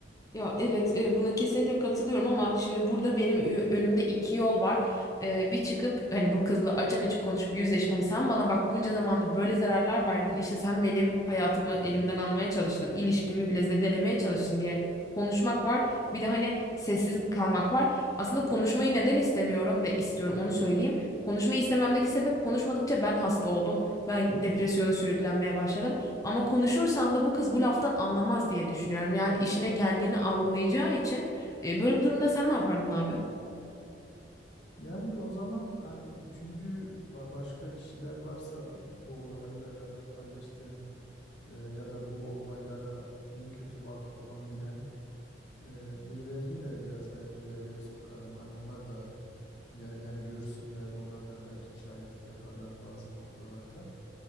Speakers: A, on the left (about 20°); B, on the left (about 70°).
A: Ya evet e, buna kesinlikle katılıyorum ama şimdi burada benim ü- önümde iki yol var. E, bir çıkıp hani bu kızla açık açık konuşup yüzleşip hani sen bana bak bunca zamandır böyle zararlar verdin işte sen benim hayatımı elimden almaya çalıştın ilişkimi bile zedelemeye çalıştın diye konuşmak var. Bir de hani sessiz kalmak var. Aslında konuşmayı neden istemiyorum ve istiyorum onu söyleyeyim. Konuşmayı istememdeki sebep konuşmadıkça ben hasta oldum. Ben depresyona sürüklenmeye başladım. Ama konuşursam da bu kız bu laftan anlamaz diye düşünüyorum. Yani işine geldiğini algılayacağı için. E, böyle bir durumda sen ne yapardın abi?
B: Yani o zaman hani üçüncü ba- başka kişiler varsa bu olayı beraber paylaştığın e, ya da bu olaylara iyi kötü vakıf olan bilen e, birilerini de biraz belki devreye sokardım. Hani onlar da Ya, yani görsünler, onlar da belki şahitlik yaparlar bazı noktalarda.